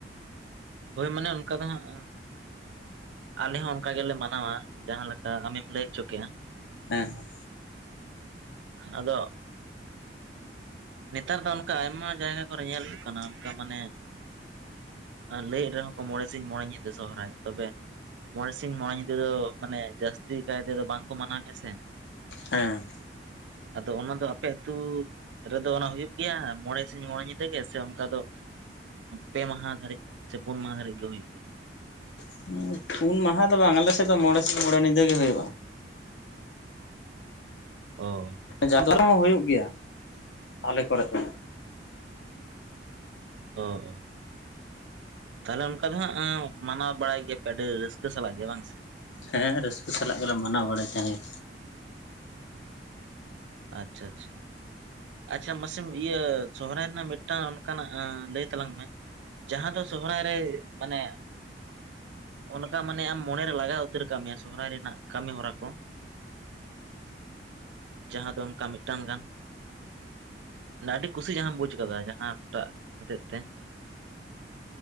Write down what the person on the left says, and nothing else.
ᱦᱮᱸ ᱦᱮᱸ
ᱦᱮᱸ
<unintelligible> ᱯᱩᱱ ᱢᱟᱦᱟ ᱫᱚ ᱵᱟᱝ ᱟᱞᱮ ᱥᱮᱫ ᱫᱚ ᱢᱚᱬᱮ ᱥᱤᱧ ᱢᱚᱬᱮ ᱧᱤᱫᱟᱹ ᱜᱮ ᱦᱩᱭᱩᱜᱼᱟ᱾
ᱡᱟᱫᱚᱨ ᱦᱚᱸ <unintelligible> ᱦᱩᱭᱩᱜ ᱜᱮᱭᱟ <inaudible> ᱟᱞᱮ ᱠᱚᱨᱮ ᱦᱚᱸ
ᱦᱮᱸ ᱨᱟᱹᱥᱠᱟᱹ ᱥᱟᱞᱟᱜ ᱜᱮᱞᱮ ᱢᱟᱱᱟᱣ ᱵᱟᱲᱟᱭ ᱛᱟᱦᱮᱸ